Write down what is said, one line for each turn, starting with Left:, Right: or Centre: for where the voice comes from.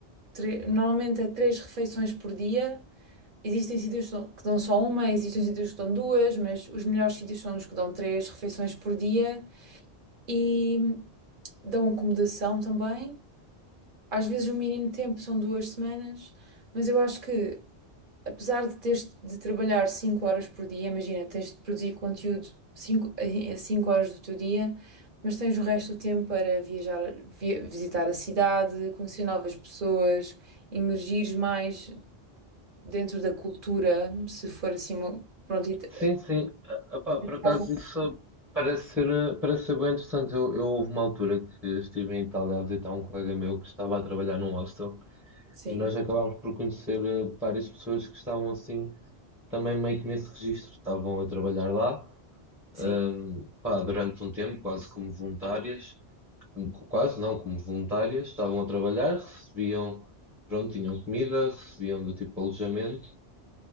Right: tre- normalmente é três refeições por dia. Existem sítios que dão que dão só uma, existem sítios que dão duas, mas os melhores sítios são os que dão três refeições por dia e dão acomodação também. Às vezes o mínimo tempo são duas semanas, mas eu acho que apesar de teres de trabalhar 5 horas por dia, imagina, tens de produzir conteúdo 5 a 5 horas do teu dia, mas tens o resto do tempo para viajar, vi- visitar a cidade, conhecer novas pessoas, imergires mais dentro da cultura, se for assim uma. Pronto, e te-
Centre: Sim, sim. Ah, pá, por acaso
Right: caso-
Centre: isso parece ser, eh, parece ser bem interessante. Eu, eu houve uma altura que estive em Itália a visitar um colega meu que estava a trabalhar num hostel
Right: sim,
Centre: e nós acabámos por conhecer eh, várias pessoas que estavam assim também meio que nesse registro. Estavam a trabalhar lá,
Right: sim.
Centre: ahm, pá, durante um tempo, quase como voluntárias, como- quase não, como voluntárias, estavam a trabalhar, recebiam, pronto, tinham comida, recebiam do tipo alojamento.